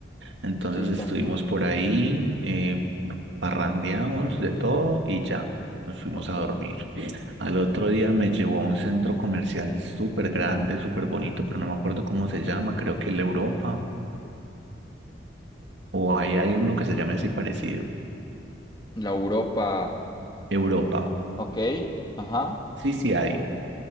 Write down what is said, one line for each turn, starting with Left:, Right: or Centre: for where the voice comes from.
Right: Entonces
Left: Sí, también.
Right: estuvimos por ahí, eh, parrandeamos de todo y ya nos fuimos
Left: Ok.
Right: a dormir. Bien. Al otro día me llevó a un centro comercial súper grande, súper bonito, pero no me acuerdo cómo se llama, creo que el Europa, o hay alguno que se llame así parecido.
Left: La Europa.
Right: Europa.
Left: o- Ok, ajá.
Right: Sí, sí hay.